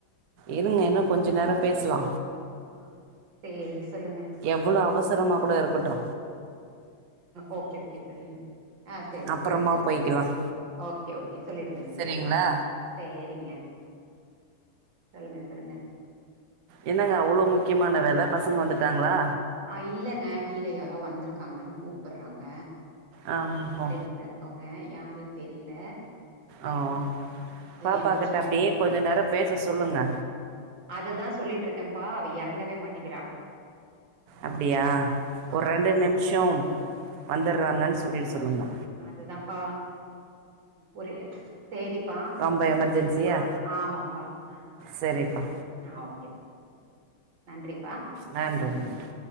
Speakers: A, on the right; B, on the right.
A: இருங்க இன்னு கொஞ்ச நேரோ பேஸ்லா
B: ஆ சேரி சொல்லுங்க
A: எவ்ளோ அவசரமா கூட இருக்கட்டு
B: ஓகே ஓகே சொல்லுங்க ஆ சேரி
A: அப்புறமா
B: சேரி சொல்லுங்க
A: போய்க்கலாம்
B: ஓகே ஓகே சொல்லிடுங்க சொல்லிடுங்க
A: சரிங்களா
B: சேரிங்க சொல்லுங்க சொல்லுங்க
A: என்னங்க அவ்ளோ முக்கியமான வேல பசங்க வந்துட்டாங்களா
B: ஆ இல்லங்க கீழ யாரோ வந்துருக்காங்கன்னு கூப்பட்றாங்க
A: ஆ
B: கீழ
A: ஓ
B: வீட்ல இருக்கவங்க யாருன்னு தெரில
A: ஆ
B: அது
A: பாப்பா
B: எமர்ஜென்சியா
A: கிட்ட அப்டியே கொஞ்ச நேரோ பேச சொல்லுங்க
B: அதுதா சொல்லிட்ருக்கம்ப்பா அவ எறங்கவே மாட்டிகிறா
A: அப்டியா
B: ஆ
A: ஒரு ரெண்டு நிமிஷோ வந்தற்றாங்கன்னு சொல்லிட சொல்லுங்க
B: அதுதாம் பா ஒரே சேரிப்பா
A: ரொம்ப
B: ஒரு
A: எமர்ஜென்சியா
B: நிமிஷம் ஆ ஆமாப்பா ஆ
A: சரிப்பா
B: அ அ ஓகேப்பா நன்றிப்பா
A: நன்றி நன்றி